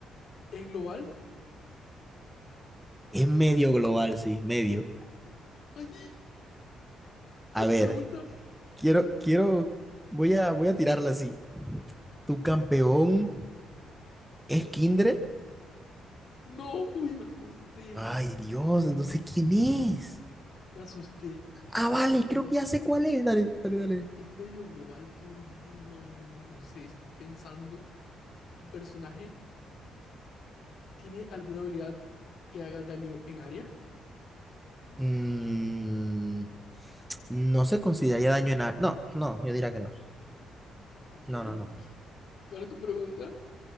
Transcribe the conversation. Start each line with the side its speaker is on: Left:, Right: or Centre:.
Left: es global?
Centre: Es medio global, sí, medio.
Left: ¡Ay!
Centre: A
Left: ¿Va tu
Centre: ver,
Left: pregunta?
Centre: quiero, quiero, voy a, voy a tirarla así. ¿Tu campeón es Kindred?
Left: No, uy, me asusté.
Centre: Ay, Dios, entonces, ¿quién
Left: Me asusté.
Centre: es?
Left: Me asusté.
Centre: Ah, vale,
Left: A ver,
Centre: creo
Left: es,
Centre: que ya sé cuál es. Dale, dale,
Left: es-
Centre: dale.
Left: es medio global tu ulti. No, no, no sé, estoy pensando. ¿Tu personaje tiene alguna habilidad que haga daño en área?
Centre: Mm, no se consideraría daño en ar- No, no, yo diría que no.
Left: Ok,
Centre: No, no, no.
Left: ¿qué- ¿cuál es tu pregunta?